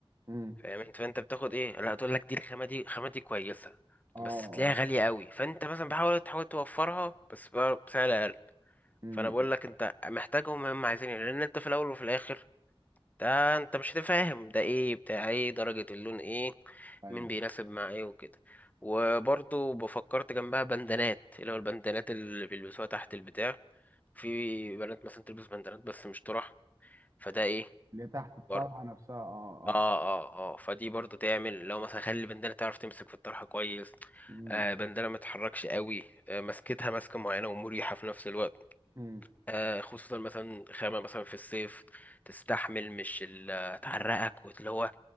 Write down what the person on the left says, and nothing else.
فاهم انت فانت بتاخد ايه لا تقول لك دي الخامة دي خامة دي كويسة
بس تلاقيها غالية قوي فانت مثلا بحاول تحاول توفرها بس بقى بسعر اقل
فانا بقول لك انت محتاجهم هم عايزين إيه، لان انت في الاول وفي الاخر ده انت مش هتفهم ده ايه بتاع ايه درجة اللون ايه
مين بيناسب مع ايه وكده وبرضو بفكرت جنبها بندانات اللي هو البندانات اللي بيلبسوها تحت البتاع في بنات مثلا تلبس بندانات بس مش طرح فده ايه
برضو
اه اه اه فدي برضو تعمل لو مثلا خلي البندانة تعرف تمسك في الطرحة كويس
آه بندانة ما تتحركش قوي آه مسكتها ماسكة معينة ومريحة في نفس الوقت
آه، خصوصا مثلا خامة مثلا في الصيف تستحمل مش ال- تعرقك واللي هو